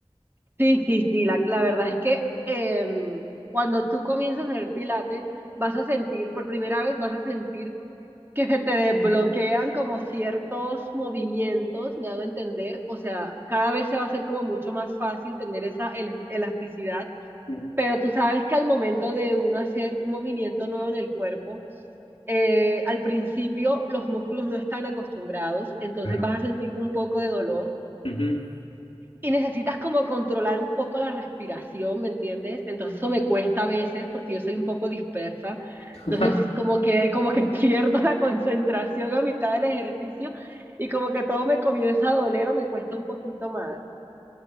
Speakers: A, on the right; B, on the left.
A: Sí, sí, sí, la, la verdad es que em, cuando tú comienzas a hacer pilates, vas a sentir, por primera vez vas a sentir que se te desbloquean como ciertos movimientos, me hago entender, o sea, cada vez se va a hacer como mucho más fácil tener esa el- elasticidad,
B: Sí.
A: pero tú sabes que al momento de uno hacer un movimiento nuevo en el cuerpo, eh, al principio los músculos no están acostumbrados, entonces
B: Claro.
A: vas a sentir un poco de dolor
B: Ujú.
A: y necesitas como controlar un poco la respiración, ¿me entiendes? Entonces eso me cuesta a veces porque yo soy un poco dispersa.
B: <laughs>
A: Entonces como que, como que <laughs> pierdo la concentración a mitad del ejercicio y como que todo me comienza a doler o me cuesta un poquito más.